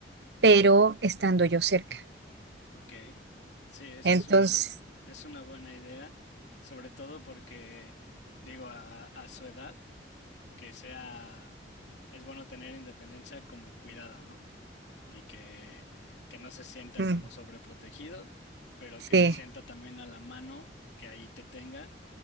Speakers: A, on the right; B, on the left.
A: pero estando yo cerca.
B: ok. Sí, esa
A: Entonces,
B: es una, es una buena idea, sobre todo porque, digo, a a- a su edad. que sea, es bueno tener independencia como cuidada, ¿no? Y que, que no se sienta
A: mm,
B: como sobreprotegido, pero
A: sí,
B: que se sienta también a la mano, que ahí te tenga